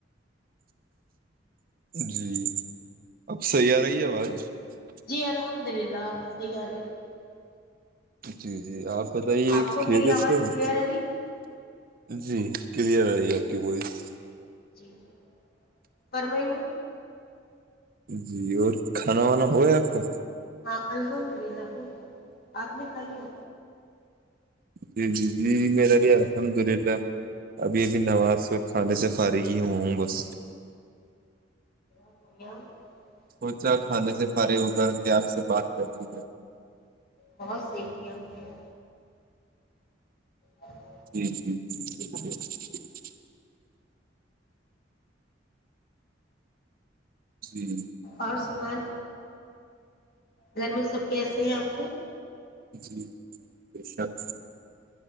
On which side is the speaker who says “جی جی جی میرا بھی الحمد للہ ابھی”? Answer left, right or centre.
Right